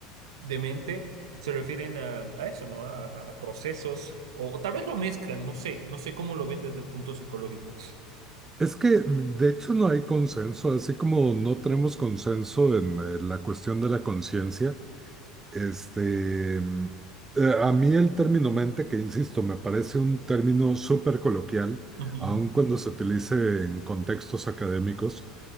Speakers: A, on the right; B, on the right.
A: de mente se refieren a, a eso, ¿no? A, a procesos, o, o tal vez lo mezclan, no sé, no sé cómo lo ven desde el punto psicológico.
B: Es que de hecho no hay consenso, así como no tenemos consenso en eh, la cuestión de la conciencia. Este, mm, eh, a mí el término mente, que insisto, me parece un término súper coloquial,
A: Ujú,
B: aun cuando se utilice en contextos académicos,